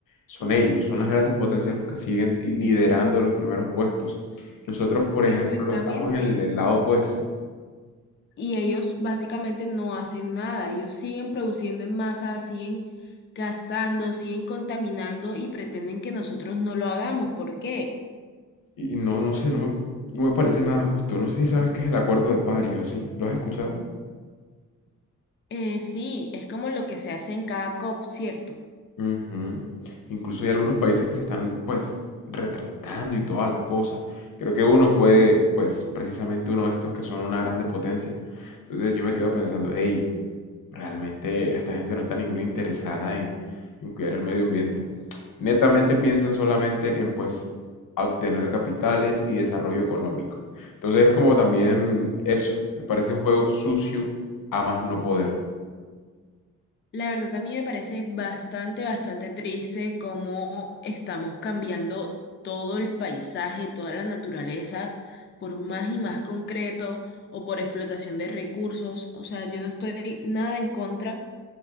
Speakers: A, on the left (about 75°); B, on the left (about 35°).
A: son ellos, son las grandes potencias los que siguen y liderando los primeros puestos. Nosotros, por ejemplo,
B: Exactamente.
A: estamos en el, el lado opuesto.
B: Y ellos básicamente no hacen nada, ellos siguen produciendo en masa, siguen gastando, siguen contaminando y pretenden que nosotros no lo hagamos. ¿Por qué?
A: Y no, no sé, no me, no me parece nada justo. No sé si sabes qué es el Acuerdo de París o sí. ¿Lo has escuchado?
B: Eh, sí, es como lo que se hace en cada COP, ¿cierto?
A: Ujú. Incluso hay algunos países que se están pues retratando y toda la cosa. Creo que uno fue pues precisamente uno de estos que son una grande potencia. Entonces yo me quedo pensando, hey, realmente esta gente no está ninguna interesada en, en cuidar el medio ambiente. Netamente piensan solamente en pues obtener capitales y desarrollo económico. Entonces es como también eso, me parece un juego sucio a más no poder.
B: La verdad a mí me parece bastante, bastante triste cómo estamos cambiando todo el paisaje, toda la naturaleza, por más y más concreto o por explotación de recursos. O sea, yo no estoy nada en contra